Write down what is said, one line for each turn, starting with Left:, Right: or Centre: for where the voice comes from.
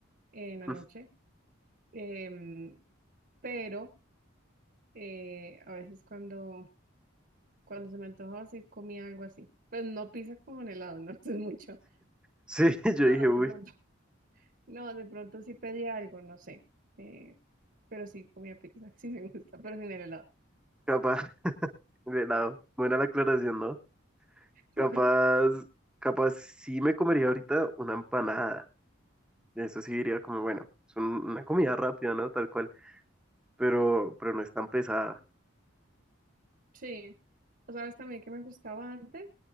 Right: en la
Centre: <laughs>
Right: noche, em, pero eh, a veces cuando, cuando se me antojaba sí comía algo así. Pues no pizza con helado, no <laughs> eso es mucho.
Centre: Sí, yo
Right: No,
Centre: dije,
Right: de
Centre: uy,
Right: pronto. No, de pronto sí pedía algo, no sé. eh, pero sí comía pizza, <laughs> sí me gusta, pero sin el helado.
Centre: capaz. Buena, buena la aclaración, ¿no? Capaz,
Right: <laughs>
Centre: capaz sí me comería ahorita una empanada. Eso sí diría como, bueno, es un- una comida rápida, ¿no? Tal cual, pero, pero no es tan pesada.
Right: Sí, o sabes también que me gustaba antes.